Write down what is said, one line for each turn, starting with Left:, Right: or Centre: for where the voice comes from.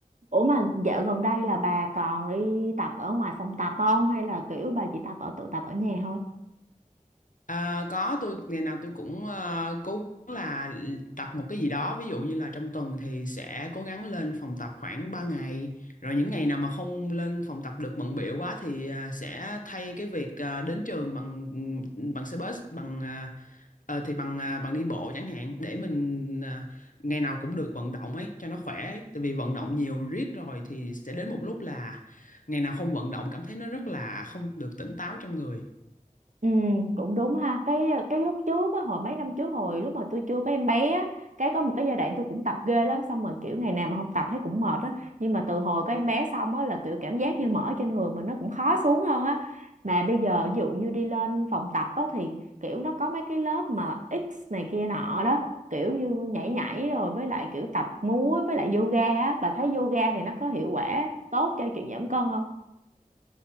Right: ủa mà dạo gần đây là bà còn đi tập ở ngoài phòng tập không hay là kiểu bà chỉ tập ở tự tập ở nhà thôi
Left: à, có tôi ngày nào tôi cũng à, cố gắng là tập một cái gì đó ví dụ như là trong tuần thì sẽ cố gắng lên phòng tập khoảng ba ngày rồi những ngày nào mà không lên phòng tập được bận bịu quá thì à, sẽ thay cái việc à, đến trường bằng bằng xe bus bằng à, ờ, thì bằng à, bằng đi bộ chẳng hạn để mình à, ngày nào cũng được vận động ấy cho nó khỏe ấy tại vì vận động nhiều riết rồi thì sẽ đến một lúc là ngày nào không vận động cảm thấy nó rất là không được tỉnh táo trong người
Right: Ừ, cũng đúng ha cái cái lúc trước á, hồi mấy năm trước hồi lúc mà tôi chưa có em bé á, cái có một cái giai đoạn tôi cũng tập ghê lắm xong rồi kiểu ngày nào mà không tập thấy cũng mệt á nhưng mà từ hồi có em bé xong á là kiểu cảm giác như mỡ trên người mình nó cũng khó xuống hơn á mà bây giờ ví dụ như đi lên phòng tập á thì kiểu nó có mấy cái lớp mà X này kia nọ đó kiểu như nhảy nhảy rồi với lại kiểu tập múa với lại yoga á bà thấy yoga thì nó có hiệu quả tốt cho chuyện giảm cân không